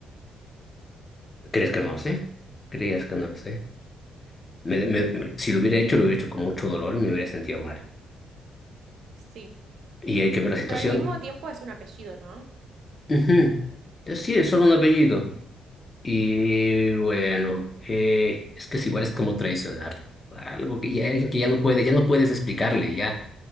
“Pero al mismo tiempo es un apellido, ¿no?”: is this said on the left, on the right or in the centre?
Right